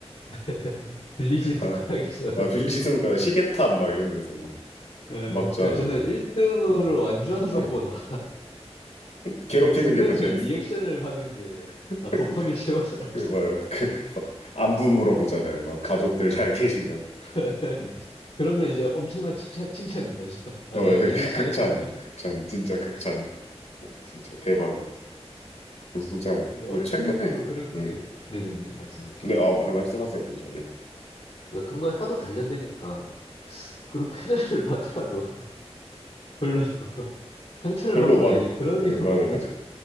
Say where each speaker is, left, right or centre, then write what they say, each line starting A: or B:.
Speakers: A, on the left; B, on the left.
A: <laughs> 빌리지 손가락에서.
B: 아, 아, 빌리는 거 시계탑 막 이런 데서 막
A: 예, 그러니까
B: 막자.
A: 저는 1등을
B: 이 어,
A: 완주하는 것보다
B: 응. 괴롭히는
A: 그 상대방의
B: 게 더 재밌어.
A: 리액션을 받는 게
B: <laughs>
A: 아, 도파민 채워서라
B: 막그막 안부 물어보잖아요. 막 가족들 잘 계시냐고.
A: <laughs>
B: 응.
A: 그러면 이제 엄청난 칭찬, 칭찬인 거죠. 아,
B: 아,
A: 내가
B: 맞아요.
A: 일을
B: 그
A: 잘했구나.
B: 극찬, 극찬, 진짜 극찬. 어, 진짜 대박이 진짜
A: 아, 근데
B: 뭐
A: 어릴
B: 최근에,
A: 때부터 하도 그런
B: 응.
A: 게, 네네네, 말씀해주세요.
B: 근데 아, 말 말씀하세요, 먼저. 네.
A: 그러니까 그런 거에 하도 단련되니까 그런 패널을 <laughs> 받더라도 별로 상처를
B: 별로
A: 받거나
B: 막
A: 이제 그런
B: 그
A: 경우가
B: 맞아요,
A: 없는
B: 맞아요.
A: 거.